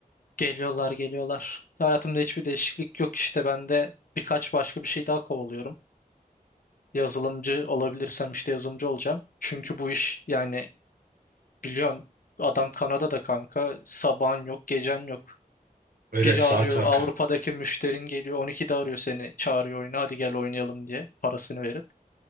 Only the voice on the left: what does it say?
Geliyorlar geliyorlar. Hayatımda hiçbir değişiklik yok işte ben de birkaç başka bir şey daha kovalıyorum. Yazılımcı olabilirsem işte yazılımcı olacağım. Çünkü bu iş yani biliyorsun adam Kanada'da kanka sabahın yok gecen yok.
Biri
arıyor
Avrupa'daki müşterin geliyor 12'de arıyor seni çağırıyor oyuna hadi gel oynayalım diye parasını verip.